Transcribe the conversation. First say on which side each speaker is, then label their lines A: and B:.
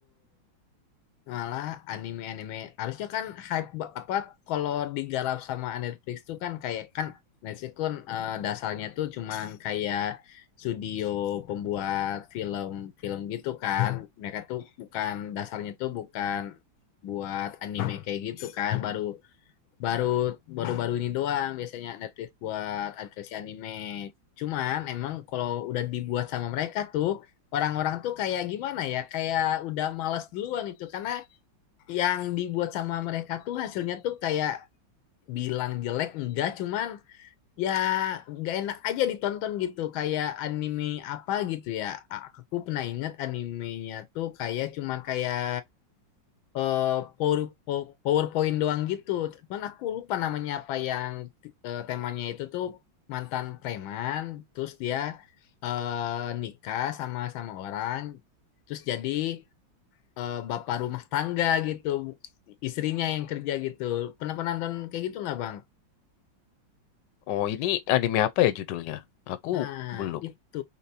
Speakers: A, on the left (about 85°); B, on the left (about 70°).
A: Malah anime-anime harusnya kan hype ba apa, kalau digarap sama Netflix tuh kan kayak kan Netflix kan, eee, dasarnya tuh cuman kayak studio pembuat film-film gitu kan. Mereka tuh bukan dasarnya tuh bukan buat anime kayak gitu kan, baru baru baru-baru ini doang biasanya Netflix buat adaptasi anime. Cuman emang kalau udah dibuat sama mereka tuh orang-orang tuh kayak gimana ya? Kayak udah males duluan itu karena yang dibuat sama mereka tuh hasilnya tuh kayak bilang jelek enggak cuman ya nggak enak aja ditonton gitu kayak anime apa gitu ya A- aku pernah ingat animenya tuh kayak cuman kayak eh, Power- Pow- PowerPoint doang gitu. Cuman aku lupa namanya apa yang eh, temanya itu tuh mantan preman, terus dia eh, nikah sama sama orang, terus jadi eh, bapak rumah tangga gitu, istrinya yang kerja gitu. Pernah pernah nonton kayak gitu nggak Bang?
B: Oh, ini anime apa ya judulnya? Aku
A: Nah,
B: belum.
A: itu